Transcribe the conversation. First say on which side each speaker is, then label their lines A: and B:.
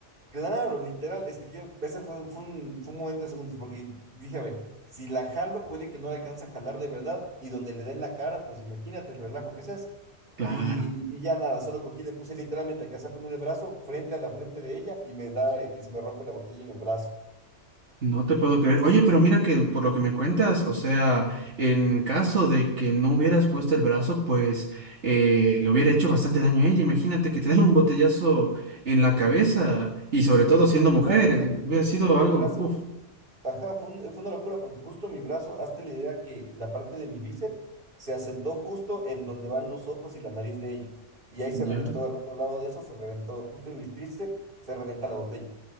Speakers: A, on the right; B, on the right.
A: Claro, literal, es que yo, ese fue, un, fue un- fue un momento de segundos, porque dije, a ver, si la jalo, puede que no la alcance a jalar de verdad, y donde le den la cara, pues imagínate el relajo que seas.
B: Claro.
A: Y, y ya nada, solo cogí, le puse literalmente, alcancé a poner el brazo frente a la frente de ella, y me da, y se me rompe la botella en el brazo.
B: No te puedo creer. Oye, pero mira que por lo que me cuentas, o sea, en caso de que no hubieras puesto el brazo, pues eh, le hubiera hecho bastante daño a ella. Imagínate que te den un botellazo en la cabeza y sobre
A: Sí,
B: todo
A: sí,
B: siendo
A: literal,
B: mujer,
A: o
B: eh,
A: sea, porque
B: hubiera sido
A: justo mi
B: algo,
A: brazo
B: uf.
A: Ajá, fue, un- fue una locura porque justo mi brazo, hazte la idea que la parte de mi bíceps se asentó justo en donde van los ojos y la nariz de ella. Y ahí se
B: Ya.
A: reventó, al otro lado de eso se reventó, justo en mis tríceps se reventa la botella.